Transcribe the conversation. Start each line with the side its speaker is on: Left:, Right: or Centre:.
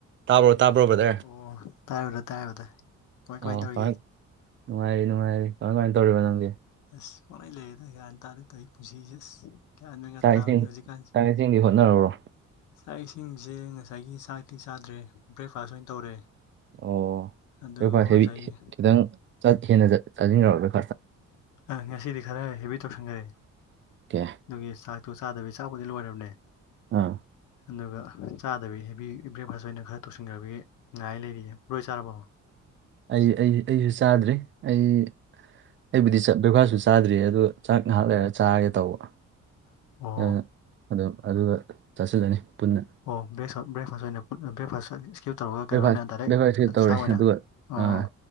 Right: ꯇꯥꯕ꯭ꯔꯣ ꯇꯥꯕ꯭ꯔꯣ ꯕ꯭ꯔꯥꯙꯔ
Left: ꯑꯣ ꯇꯥꯏꯕꯗ ꯇꯥꯏꯕꯗ ꯀꯃꯥꯏ ꯀꯃꯥꯏꯅ
Right: ꯑꯥ
Left: ꯇꯧꯔꯤꯒꯦ
Right: ꯇꯥꯏ ꯅꯨꯡꯉꯥꯏꯔꯤ ꯅꯨꯡꯉꯥꯏꯔꯤ
Left: ꯑꯣ
Right: ꯅꯪꯗꯤ
Left: ꯑꯁ ꯄꯪꯂꯩ ꯂꯩꯔꯦꯗ ꯒꯌꯥꯟ ꯇꯥꯗꯦ ꯇꯧ ꯑꯩ ꯄꯨꯁꯤꯁꯦ ꯑꯁ ꯒ꯭ꯌꯥꯟꯅꯒ
Right: ꯆꯥꯛ
Left: ꯇꯥꯕꯗꯤ
Right: ꯏꯁꯤꯡ
Left: ꯍꯧꯖꯤꯛꯀꯥꯟꯁꯤ
Right: ꯆꯥꯛ ꯏꯁꯤꯡꯗꯤ ꯍꯣꯠꯅꯔꯕ꯭ꯔꯣ
Left: ꯆꯥꯛ ꯏꯁꯤꯡꯁꯦ ꯉꯁꯥꯏꯒꯤ ꯆꯥꯛꯇꯤ ꯆꯥꯗ꯭ꯔꯦ ꯕ꯭ꯔꯦꯛꯐꯥꯁ ꯑꯣꯏꯅ ꯇꯧꯔꯦ
Right: ꯑꯣ
Left: ꯑꯗꯨꯒ
Right: ꯂ ꯍꯦꯕꯤ
Left: ꯉꯁꯥꯏꯒꯤ
Right: ꯈꯤꯇꯪ ꯍꯦꯟꯅ ꯆꯥꯁꯤꯟꯈ꯭ꯔꯣꯏ
Left: ꯑ ꯉꯁꯤꯗꯤ ꯈꯔ ꯍꯦꯕꯤ ꯇꯧꯁꯟꯈꯔꯦ
Right: ꯑꯣ ꯀꯦ
Left: ꯑꯗꯨꯒꯤ ꯆꯥꯛꯇꯣ ꯆꯥꯗꯕꯤꯒꯤ ꯆꯥꯛꯄꯨꯗꯤ ꯂꯣꯏꯔꯕꯅꯦ
Right: ꯑꯥ
Left: ꯑꯗꯨꯒ ꯆꯥꯗꯕꯤ ꯍꯦꯕꯤ ꯕ꯭ꯔꯦꯛꯐꯥꯁ ꯑꯣꯏꯅ ꯈꯔ ꯇꯧꯁꯤꯟꯈ꯭ꯔꯕꯒꯤ ꯉꯥꯏ ꯂꯩꯔꯤꯌꯦ ꯕꯔꯣ ꯍꯣꯢ ꯆꯥꯔꯕꯣ
Right: ꯑꯩ ꯑꯩ ꯑꯩꯁꯨ ꯆꯥꯗ꯭ꯔꯔꯤ ꯑꯩ ꯑꯩꯕꯨꯗꯤ ꯆꯠ ꯕ꯭ꯔꯦꯛꯐꯥꯁꯁꯨ ꯆꯥꯗ꯭ꯔꯤ ꯑ ꯑꯗꯨꯣ ꯆꯥꯛ ꯉꯥꯏꯍꯥꯛ ꯂꯩꯔꯒ ꯆꯥꯔꯒꯦ ꯇꯧꯕ
Left: ꯑꯣ
Right: ꯎꯝ ꯑꯗꯨꯒ ꯆꯥꯁꯤꯜꯂꯅꯤ ꯄꯨꯟꯅ
Left: ꯑꯣ ꯕꯔꯦꯛꯁ ꯕ꯭ꯔꯦꯛꯐꯥꯁ ꯑꯣꯏꯅ ꯕ꯭ꯔꯦꯛꯐꯥꯁ ꯁꯤꯞ ꯇꯧꯔꯒ ꯀꯩꯅꯣ
Right: ꯕ꯭ꯔꯦꯛꯐꯥꯁ
Left: ꯑꯣꯏꯅ ꯗꯥꯏꯔꯦꯛ
Right: ꯕ꯭ꯔꯦꯛꯐꯥꯁꯁꯨ ꯇꯧꯔꯦ
Left: ꯆꯥꯛ ꯑꯣꯏꯅ
Right: ꯑꯗꯨꯒ
Left: ꯑꯣ
Right: ꯑꯥ